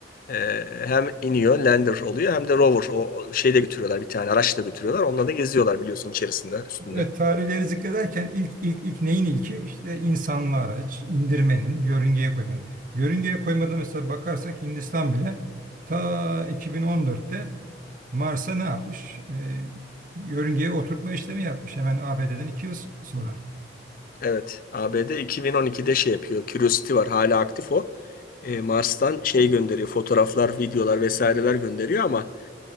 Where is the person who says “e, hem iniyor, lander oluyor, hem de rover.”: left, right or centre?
Left